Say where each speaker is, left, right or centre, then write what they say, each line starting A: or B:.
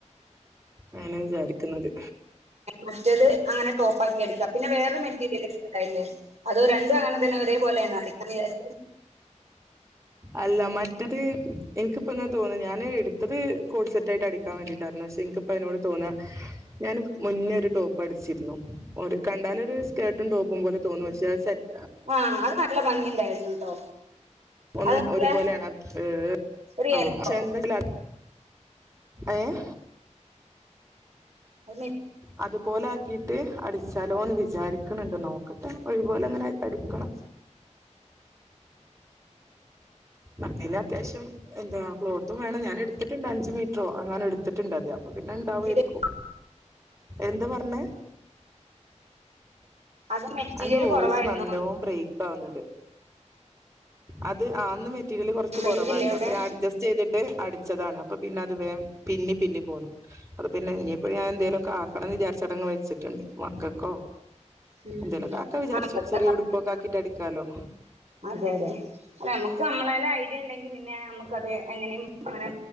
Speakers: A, on the right; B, on the right.
A: അങ്ങനെ വിചാരിക്കുന്നത്
B: മറ്റത് അങ്ങനെ ടോപ്പാക്കി അടിക്കാ പിന്നെ വേറൊരു മെറ്റീരിയൽ ഇടിത്തിട്ട് ഇണ്ടായിരുന്നില്ലേ അതോ രണ്ടും അങ്ങനെ തന്നെ ഒരേപോലെയാണോ അടിക്കാൻ വിചാരിച്ചത്
A: അല്ല മറ്റത് എനിക്കിപ്പോങ്ങെനെ തോന്ന ഞാന് എടുത്തത് കോട്സെറ്റ് റ്റായിട്ട് അടിക്കാൻ വേണ്ടിയിട്ടായിരുന്നു പക്ഷെ ഇൻക് പ്പൊ അയിനൊണ്ട് തോന്നാ ഞാന് മുന്നേ ഒരു ടോപ്പ് അടിച്ചിരുന്നു ഒരു കണ്ടാലൊരു സ്കേർട്ടും ടോപ്പും പോലെ തോന്നും പക്ഷേ അത് സെറ്റ്
B: ആആഹ് അത് നല്ല ഭംഗിണ്ടായിരുന്നു ട്ടോ
A: ഒ
B: അത് നല്ല
A: ഒരുപോലെയാണ് ഏഹ്
B: ഒരു യെല്ലോ
A: ആഹ് പക്ഷ ന്താ ഏഹ്
B: അത് മെ
A: അതുപോലെ ആക്കിട്ട് അടിച്ചാലോന്ന് വിചാരിക്കണണ്ട് നോക്കട്ടെ ഒഴിവ് പോലെങ്ങനെ അടിക്കണം
B: അ <inaudible>
A: അതിന് അത്യാവശ്യം എന്താ ക്ലോത്തും വേണം ഞാൻ എടുത്തിട്ടുണ്ട് അഞ്ച് മീറ്ററോ എങ്ങാൻ എടുത്തിട്ടുണ്ട് അത് അപ്പ പിന്നെ ണ്ടാവാരിക്കും
B: മെറ്റീരിയൽ
A: എന്താ പറഞ്ഞെ
B: അത് മെറ്റീരിയൽ
A: അന്റെ വോയിസ്
B: കൊറവായിരുന്നു
A: നല്ലോം ബ്രേക്ക് ആവുന്നുണ്ട് അത് ആന്ന് മെറ്റീരിയല് കുറച്ച്
B: റേഞ്ചില്ലേ
A: കുറവായിരുന്നു
B: അവിടെ?
A: അപ്പൊ ഞാൻ അഡ്സ്റ്റ് ചെയ്തിട്ട് അടിച്ചതാണ് അപ്പൊ പിന്നെ അത് വേം പിന്നി പിന്നി പോന്നു അത് പിന്നെ ഇഞ്ഞിപ്പോ ഞാൻ എന്തേലൊക്കാക്കണം ന്ന് വിചാരിച്ചടങ് വെച്ചിട്ടുണ്ട് മക്കക്കോ
B: ഉം
A: എന്തെലൊക്കാക്ക
B: ഉം
A: വിചാരിച്ചു
B: ആഹ്
A: ചെറിയ ഉടുപ്പൊക്കക്കിട്ട് അടിക്കാലോ
B: അതെ അതെ ഞമ്മക്ക് ഞമ്മളെല് ഐഡിയ ണ്ടെങ്കി പിന്നെ നമ്മക്ക്ത് എങ്ങനെയും അങ്ങനെ